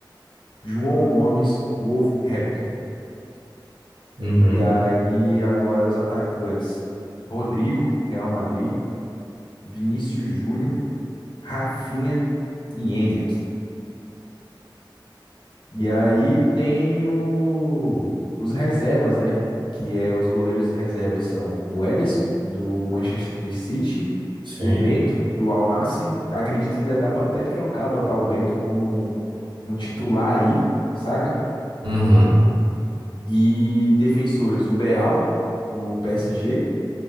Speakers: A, on the left (about 80°); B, on the right (about 70°).
A: João Gomes, Wolverhampton.
B: Uhum.
A: E aí agora os atacantes: Rodrigo, Real Madrid, Vinícius Júnior, Rafinha e Endrick. E aí tem o- os reservas, né? Que é os goleiros reservas são o Ederson, do Manchester City,
B: Sim.
A: o Bento, do Al Nassr. Acredito que ainda dá pra até trocar, botar o Bento como um titular aí, saca?
B: Uhum.
A: E defensores, o Beraldo, do PSG,